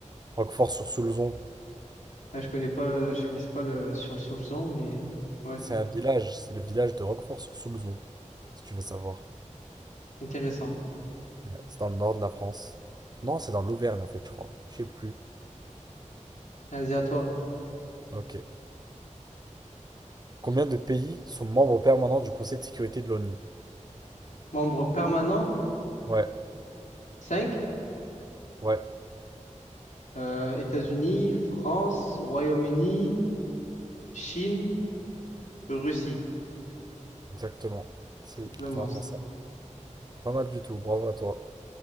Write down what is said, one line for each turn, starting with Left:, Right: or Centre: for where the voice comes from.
Right: Roquefort sur Soulzon.
Left: Ouais, je connais pas, je connais pas le sur sous le son, mais ouais,
Right: C'est un village, c'est le village de Roquefort sur Soulzon, si tu veux savoir.
Left: intéressant.
Right: Ouais. C'est dans le nord de la France. Non, c'est dans l'Auvergne en fait, je crois. Je sais plus.
Left: Vas-y, à toi.
Right: Ok. Combien de pays sont membres permanents du Conseil de sécurité de l'ONU?
Left: Membre permanent,
Right: Ouais,
Left: Cinq.
Right: ouais,
Left: Euh, États-Unis, France, Royaume-Uni, Chine, Russie.
Right: exactement. C'est
Left: Triple monstre.
Right: vraiment ça. Pas mal du tout, bravo à toi.